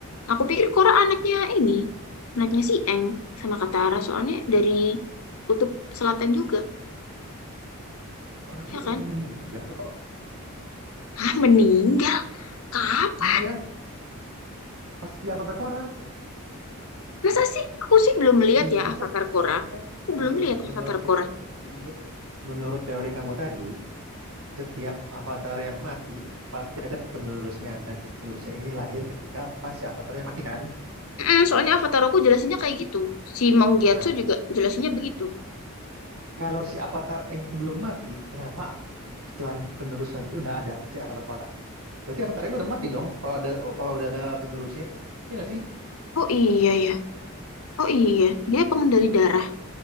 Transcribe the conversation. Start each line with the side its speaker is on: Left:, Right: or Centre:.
Left: Aku pikir Korra anaknya ini, anaknya si Eng sama Katara. Soalnya dari kutub selatan juga,
Right: orang si
Left: ya kan?
Right: Eng yang meninggal kok
Left: Ah, meninggal. Kapan?
Right: iya pas di Avatar Korra
Left: Masa sih? Aku sih belum lihat
Right: ini
Left: ya Avatar
Right: kan
Left: Korra.
Right: ini kan
Left: Aku belum
Right: menurut
Left: lihat Avatar
Right: menurut teori
Left: Korra.
Right: menurut menurut teori kamu tadi setiap avatar yang mati pasti ada penerusnya dan si penerusnya ini lahir ketika pas si avatarnya mati kan
Left: Mm, soalnya Avatarku jelasinnya kayak gitu. Si Manggiatsu
Right: nah
Left: juga jelasinnya begitu.
Right: Kalau si avatar Aang belum mati, kenapa selan penerus selanjutnya udah ada si avatar Korra? Berarti avatar Aang udah mati dong kalau ada kalau udah ada penerusnya. Iya nggak sih?
Left: Oh iya ya. Oh iya. Dia pengendali darah